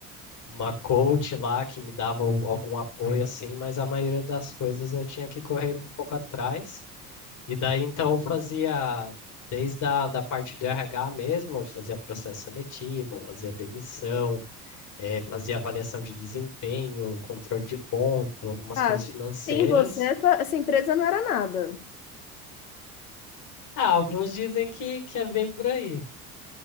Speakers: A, on the left (about 40°); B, on the left (about 75°).
A: uma coach lá que me dava al- algum apoio assim, mas a maioria das coisas eu tinha que correr um pouco atrás. E daí então eu fazia desde a da parte do RH mesmo, eu fazia processo seletivo, eu fazia demissão, eh, fazia avaliação de desempenho, controle de ponto, algumas
B: Ah,
A: coisas financeiras.
B: sem você, essa essa empresa não era nada.
A: Ah, alguns dizem que, que é bem por aí.